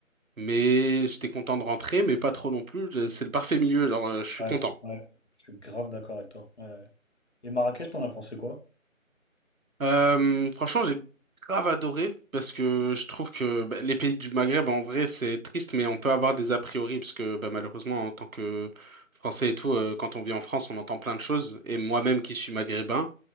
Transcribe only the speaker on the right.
mais j'étais content de rentrer, mais pas trop non plus. Je- C'est le parfait milieu, genre euh, je suis
content.
Euh, franchement, j'ai grave adoré parce que je trouve que bah, les pays du Maghreb, en vrai, c'est triste, mais on peut avoir des a priori parce que bah, malheureusement, en tant que Français et tout, euh, quand on vit en France, on entend plein de choses. Et moi-même qui suis maghrébin,